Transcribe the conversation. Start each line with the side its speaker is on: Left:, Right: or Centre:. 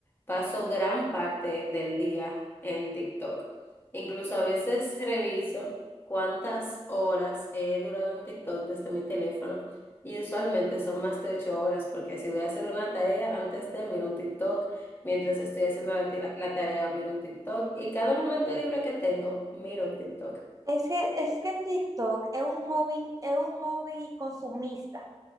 Left: paso gran parte del día en TikTok. Incluso a veces reviso cuántas horas he durado en TikTok desde mi teléfono y usualmente son más de ocho horas porque si voy a hacer una tarea antes de miro un TikTok, mientras estoy haciendo la, tira- la tarea miro un TikTok y cada momento libre que tengo miro un TikTok.
Right: Es que, es que TikTok es un hobby, es un hobby consumista.